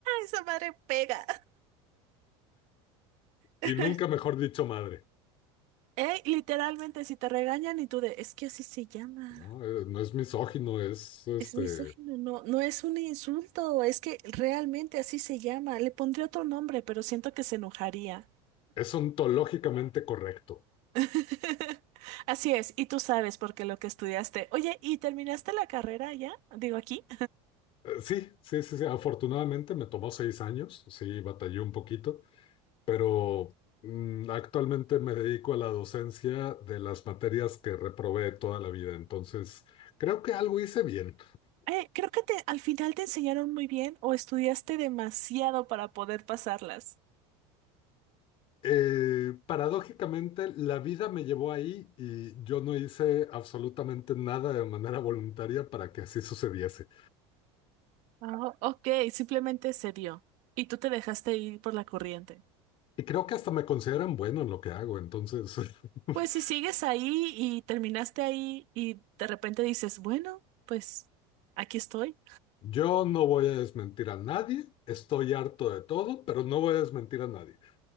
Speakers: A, on the right; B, on the left.
A: Esa madre pega. <laughs>
B: Y nunca mejor dicho madre.
A: Ey, literalmente, si te regañan y tú de, es que así se llama.
B: No, Eh, no es misógino, es, este,
A: Es misógino, no, no es un insulto, es que realmente así se llama. Le pondría otro nombre, pero siento que se enojaría.
B: es ontológicamente correcto.
A: <laughs> Así es, y tú sabes porque lo que estudiaste. Oye, ¿y terminaste la carrera ya? Digo aquí.
B: Eh, Sí, sí, sí, sí. Afortunadamente me tomó seis años, sí, batallé un poquito, pero mm, actualmente me dedico a la docencia de las materias que reprobé toda la vida, entonces creo que algo hice bien.
A: Eh, creo que te- al final te enseñaron muy bien o estudiaste demasiado para poder pasarlas.
B: Eh, paradójicamente, la vida me llevó ahí y yo no hice absolutamente nada de manera voluntaria para que así sucediese.
A: Ah, ok, simplemente se dio y tú te dejaste ir por la corriente.
B: Y creo que hasta me consideran bueno en lo que hago, entonces <laughs>
A: Pues si sigues ahí y terminaste ahí y de repente dices, bueno, pues aquí estoy.
B: Yo no voy a desmentir a nadie, estoy harto de todo, pero no voy a desmentir a nadie.